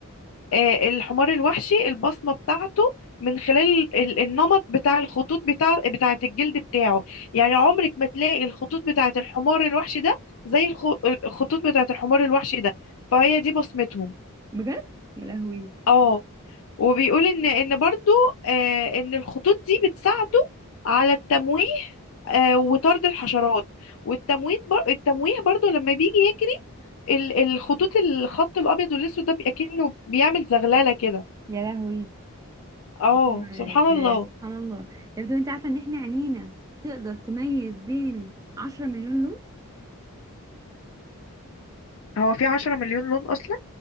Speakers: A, on the left; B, on the right.
A: آه الحمار الوحشي البصمه بتاعته من خلال ال- النمط بتاع الخطوط بتاع بتاعه الجلد بتاعه يعني عمرك ما تلاقي الخطوط بتاعه الحمار الوحشي ده زي الخ- الخطوط بتاعه الحمار الوحشي ده فهي دي بصمتهم
B: بجد يا لهوي
A: اه وبيقول ان ان برضو آه ان الخطوط دي بتساعده على التمويه آه، وطرد الحشرات والتمويه بر... التمويه برضو لما بيجي يجري ال- الخطوط الخط الابيض والاسود ده بيبقى كأنه بيعمل زغلله كده
B: يا لهوي
A: اه
B: أيوة،
A: سبحان
B: ده
A: الله
B: سبحان الله افضل انت عارفه ان احنا عينينا تقدر تميز بين عشرة مليون لون
A: هو في عشرة مليون لون أصلا